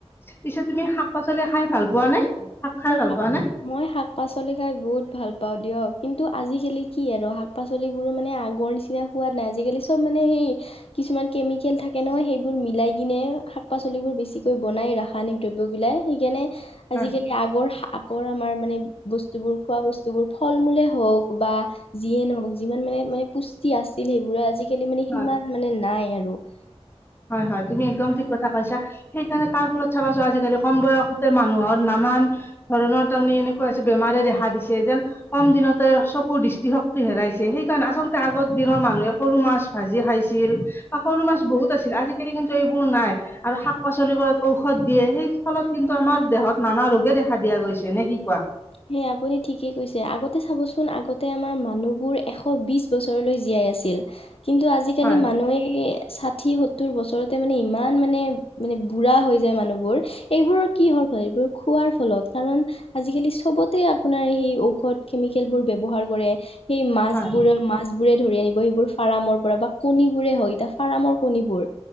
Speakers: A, on the left; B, on the left.
A: পিছে তুমি শাক পাচলি খাই ভাল পোৱা নে? খাই
B: মই
A: ভাল
B: শাক,
A: পোৱা নে
B: মই পাচলি খাই বহুত ভাল পাওঁ দিয়ক। কিন্তু আজিকালি কি আৰু শাক পাচলিবোৰ মানে আগৰ নিচিনা হোৱা নাই আজিকালি চব মানে সেই কিছুমান কেমিকেল থাকে নহয় সেইবোৰ মিলাই কিনে শাক পাচলিবোৰ বেছিকৈ বনায় ৰাসায়নিক দ্ৰব্যবিলাই সেইকাৰণে
A: হয়
B: আজিকালি আগৰ, আগৰ আমাৰ মানে বস্তুবোৰ খোৱা বস্তুবোৰ ফল মূলে হওক বা যিয়ে নহওক যিমান মানে-মানে পুষ্টি আছিল, সেইবোৰৰ আজিকালি মানে
A: হয়
B: সিমান মানে নাই আৰু। <unintelligible>
A: হয়, হয়, তুমি একদম ঠিক কথা কৈছা সেইকাৰণে তাৰ ফলত চাবাচোন আজিকালি কম বয়সতে মানুহৰ নানান নানান ধৰণৰ তাৰমানে এনেকুৱা হৈছে বেমাৰে দেখা দিছে যেন কম দিনতে চকুৰ দৃষ্টি শক্তি হেৰুৱাই হেৰাইছে সেইকাৰণে আচলতে আগৰ দিনৰ মানুহে সৰু মাছ ভাজি খাইছিল, সৰু মাছ বহুত আছিল আজিকালি কিন্তু এইবোৰ নাই আৰু শাক পাচলিবোৰত ঔষধ দিয়ে সেই ফলত কিন্তু আমাৰ দেহত নানা ৰোগে দেখা দিয়া গৈছে নে কি কোৱা?
B: হে আপুনি ঠিকে কৈছে আগতে চাবচোন আগতে আমাৰ মানুহবোৰ এশ বিশ বছৰলৈ জীয়াই জীয়াই আছিল। কিন্তু আজি কালি
A: হয়
B: মানুহ ষাথি সত্তৰ বছৰ চৰতে মানে ইমান মানে মানে বুঢ়া হৈ যায় মানুহবোৰ এইবোৰৰ কিহৰ ফল এইবোৰ খোৱাৰ ফলত। ত কাৰণ আজি কালি চব বতে আপোনাৰ সেই ঔষধ কেমিকেলবোৰ ব্যৱহাৰ কৰে সেই মাছবোৰৰ
A: হয়
B: মাছ বোৰে ধৰি আনিব সেইবোৰ ফাৰ্মৰ পৰা বা কণীবোৰ হয় এতিয়া ফাৰ্মৰ কণীবোৰ